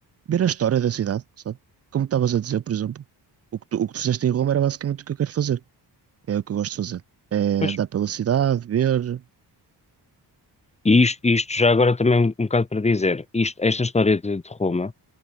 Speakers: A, on the right; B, on the left.
A: ver a história da cidade, sabe? Como estavas a dizer, por exemplo, o que tu, o que tu fizeste em Roma era basicamente o que eu quero fazer. É o que eu gosto de fazer. É
B: Pois.
A: andar pela cidade, ver.
B: E isto, isto já agora também um, um bocado para dizer, isto, esta história de, de Roma